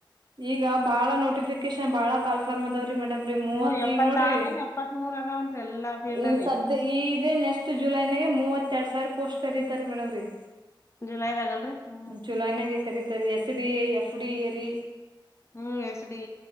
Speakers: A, on the right (about 60°); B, on the left (about 35°).
A: ಈಗ ಬಾಳ ನೋಟಿಫಿಕೇಶನ್ ಬಾಳ ಕಾಲ್ಫಾರ್ಮ್ ಅವ್ರರು ರಿ ಮೇಡಮ್ ರೀ ಮೂವತ್
B: ಹ್ಮ್ ಎಪ್ಪತ್ತಾರ
A: ಈಗ್ ನೋಡ್ರಿ
B: ಏನ್ ಎಪ್ಪತ್ಮೂರ್ ಅದಾವಂತ್ರಿ ಎಲ್ಲಾ
A: ಈಗ
B: ಅಲ್ಲಿ
A: ಸದ್ಯ ಈೇ ನೆಕ್ಸ್ಟ್ ಜುಲೈನಾಗ ಮೂವತ್ತ ಎರಡ್ ಸಾವಿರ ಪೋಸ್ಟ್ ರೀಿತಾರಿ ಮೇಡಮ್ ಅವ್ರೀಗ
B: ಜುಲೈದಾಗ ಅಲ್ರಿ ಹ್ಮ್
A: ಚುಲಾನಾಗ ಕರೀತರಿ ಎಸ್ ಡಿ ಎಫ್ ಡಿ ರಿ
B: ಹ್ಮ್ ಎಸ್ ಡಿ